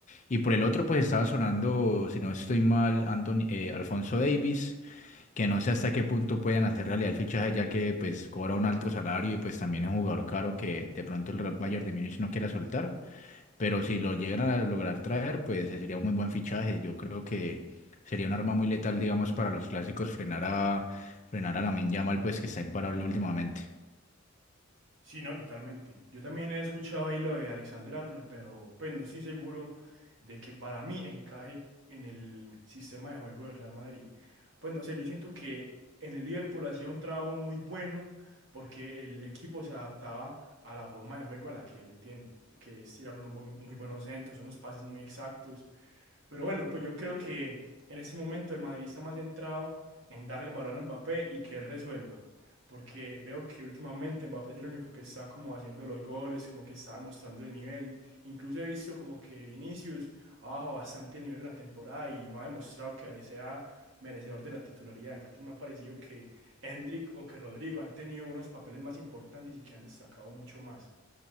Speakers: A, on the left; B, on the right.
A: Y por el otro, pues estaba sonando, si no estoy mal, Anthony, eh, Alfonso Davis, que no sé hasta qué punto pueden hacer realidad el fichaje, ya que pues cobra un alto salario y pues también es un jugador caro que de pronto el Bayern de Múnich no quiera soltar. Pero si lo llegan a lograr traer, pues eh, sería un muy buen fichaje. Yo creo que sería un arma muy letal, digamos, para los clásicos frenar a frenar a Lamine Yamal, pues que está imparable últimamente.
B: Sí, no, totalmente. Yo también he escuchado ahí lo de Alexander Arnold, pero pues no estoy seguro de que para mí encaje en el sistema de juego del Real Madrid. Pues no sé, yo siento que en el Liverpool hacía un trabajo muy bueno porque el equipo se adaptaba a la forma de juego a la que él tiene, que es tirar unos bu- muy buenos centros, unos pases muy exactos. Pero bueno, pues yo creo que en este momento el Madrid está más centrado en dar el balón a Mbappé y que él resuelva porque veo que últimamente Mbappé es el único que está como haciendo los goles, como que está demostrando el nivel. Incluso he visto como que Vinicius ha bajado bastante el nivel en la temporada y no ha demostrado que sea merecedor de la titularidad. Incluso me ha parecido que Endrick o que Rodrigo han tenido unos papeles más importantes y que han destacado mucho más.